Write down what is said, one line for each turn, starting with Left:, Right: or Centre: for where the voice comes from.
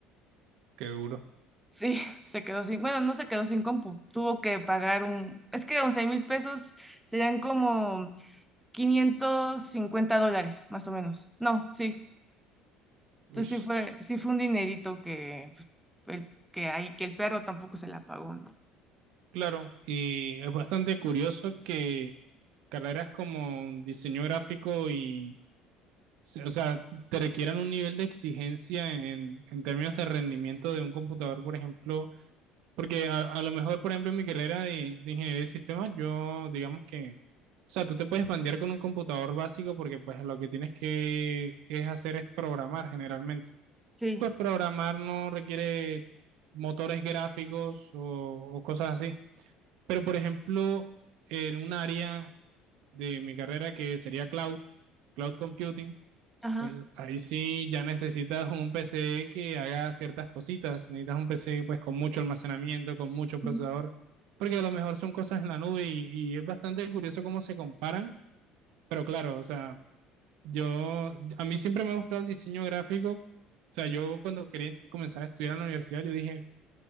Right: Qué duro.
Centre: Sí, <laughs> se quedó sin, bueno, no se quedó sin compu, tuvo que pagar un, es que 11 mil pesos serían como 550 dólares, más o menos. No, sí,
Right: Ush.
Centre: entonces sí fue, sí fue un dinerito que, pues, el- que ahí, que el perro tampoco se la pagó, ¿no?
Right: Claro, y es bastante curioso que carreras como diseño gráfico y, se- o sea, te requieran un nivel de exigencia en, en términos de rendimiento de un computador, por ejemplo, porque a, a lo mejor, por ejemplo, en mi carrera de, de ingeniería de sistemas, yo, digamos que, o sea, tú te puedes bandear con un computador básico porque pues lo que tienes que es hacer es programar generalmente.
Centre: Sí,
Right: Y pues programar no requiere motores gráficos o o cosas así. Pero, por ejemplo, en un área de mi carrera que sería cloud, cloud computing,
Centre: ajá,
Right: pues ahí sí ya necesitas un PC que haga ciertas cositas. Necesitas un PC pues con mucho almacenamiento, con mucho
Centre: sí,
Right: procesador, porque a lo mejor son cosas en la nube y, y es bastante curioso cómo se comparan. Pero claro, o sea, yo, a mí siempre me ha gustado el diseño gráfico. O sea, yo cuando quería comenzar a estudiar en la universidad, yo dije,